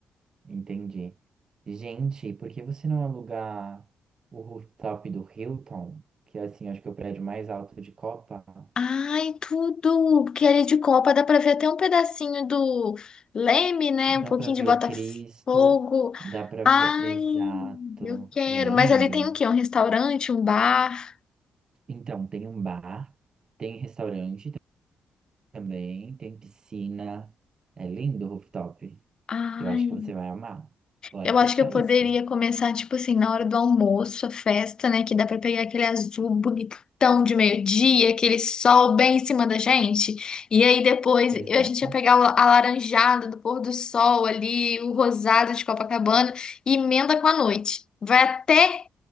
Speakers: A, on the right; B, on the left.
A: Entendi. Gente, por que você não alugar o rooftop do Hilton? Que é assim, acho que é o prédio mais alto de Copa.
B: Ai, tudo! Porque ali de Copa dá para ver até um pedacinho do Leme, né?
A: Dá
B: Um pouquinho
A: pra ver
B: de Botafogo.
A: o Cristo, dá pra ver.
B: Ai,
A: Exato.
B: eu quero!
A: É lindo.
B: Mas ali tem o quê? Um restaurante, um bar?
A: Então, tem um bar, tem restaurante também, tem piscina. É lindo o rooftop.
B: Ai.
A: Eu acho que você vai amar. Bora
B: Eu
A: fechar
B: acho que eu poderia
A: isso.
B: começar, tipo assim, na hora do almoço, a festa, né? Que dá pra pegar aquele azul bonitão de meio-dia, aquele sol bem em cima da gente. E aí depois
A: Exato.
B: eu- a gente ia pegar o alaranjado do pôr do sol ali, o rosado de Copacabana, e emenda com a noite. Vai até